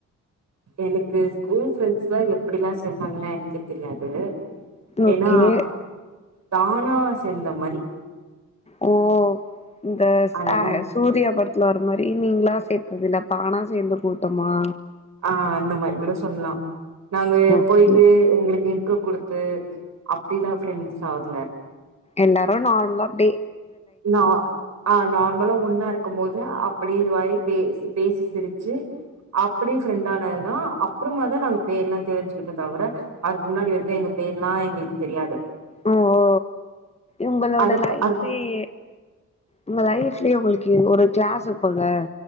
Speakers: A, on the right; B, on the left.
A: எனக்கு ஸ்கூல் ஃரெண்ட்ஸ்லாம் எப்படிலாம் சேந்தாங்களா எனக்கே தெரியாது
B: ஓகே
A: ஏனா தானா சேந்த மரி
B: ஓ இந்த
A: அதனால
B: ஆஹ் சூர்யா படத்துல வர மாரி நீங்களாம் சேத்ததுல தானா சேந்த கூட்டமா
A: ஆஹ் அந்த மாரி கூட சொல்லலாம் நாங்க
B: ஓகே
A: போயிட்டு எங்களுக்கு இம்ப்ரூவ் குடுத்து அப்படிலாம் ப்ரெண்ட்ஸ் ஆகுதுல
B: எல்லாரும் நார்மலா அப்டே
A: ந ஆஹ் நான் நமளாம் ஒன்னா இருக்கும் போது அப்படி இது வி பேசி பேசி சிரிச்சு அப்படி ஃப்ரெண்ட் ஆனதுதான் அப்புறமா தான் நாங்க பேர் எல்லாம் தெரிஞ்சுக்கிட்ட தவிர அதுக்கு முன்னாடி வருக்கும் எங்க பேர்லாம் எங்களுக்கு தெரியாது
B: ஓ ஓ உங்களோட
A: அது
B: லைஃப்லயே
A: அது
B: உங்க லைஃப் உங்களுக்கு ஒரு கிளாஸ் இருப்பங்க